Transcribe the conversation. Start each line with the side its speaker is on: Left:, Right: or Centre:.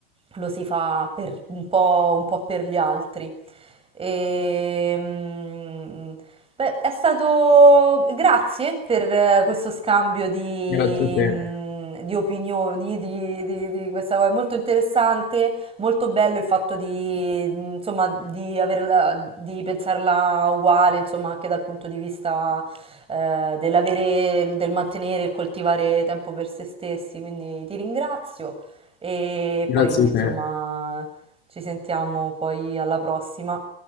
Right: lo si fa per un po', un po' per gli altri. E, mm, beh, è stato... Grazie per eh, questo scambio di,
Left: Grazie a te,
Right: mm, di opinioni, di, di- di questa cosa. È molto interessante, molto bello il fatto di, mm, insomma, di averla, di pensarla uguale, insomma, anche dal punto di vista, eh, dell'avere, del mantenere e coltivare tempo per se stessi. Quindi ti ringrazio e
Left: grazie
Right: poi,
Left: a
Right: insomma,
Left: te.
Right: ci sentiamo poi alla prossima.